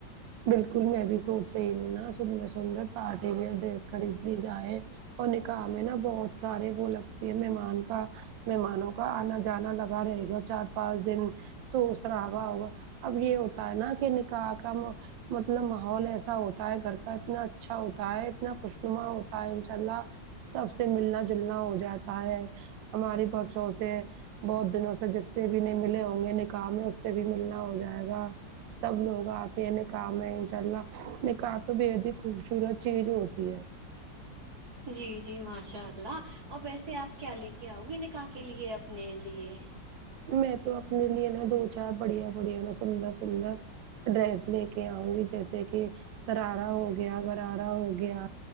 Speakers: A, on the right (about 80°); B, on the right (about 55°).
A: بالکل میں بھی سوچ رہی ہوں نا سندر سندر پارٹی ویر ڈریس خرید لی جائے اور نکاح میں نا بہت سارے وہ لگتی ہیں مہمان کا مہمانوں کا آنا جانا لگتا رہے گا چار پانچ دن سور سرابا ہوگا اب یہ ہوتا ہے نا کہ نکاح کا مطلب ماحول ایسا ہوتا ہے گھر کا اتنا اچھا ہوتا ہے اتنا خوشنما ہوتا ہے انشاء اللہ سب سے ملنا جھول نہ ہو جاتا ہے ہماری بچوں سے بہت دنوں سے جس سے بھی نہیں ملے ہوں گے نکاح میں اس سے بھی ملنا ہو جائے گا سب لوگ آتے ہیں نکا ح میں ان شاء اللہ نکاح تو بے حد ہی خوبصورت چیز ہوتی ہے
B: جی جی ماشاء اللہ ا ویسے آپ کیا لے کے آؤ گی نکاح کے لیے اپنے لیے
A: میں تو اپنے لیے نا دو چار بڑیا بڑیا نا سندر سندر ڈریس لے کے آؤں گی جیسے کہ سرارا ہو گیا گغرارا ہو گیا